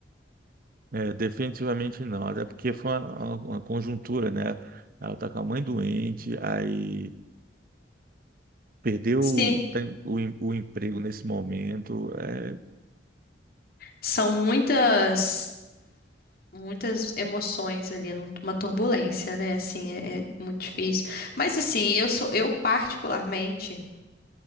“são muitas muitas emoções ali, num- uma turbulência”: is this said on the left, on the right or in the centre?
Left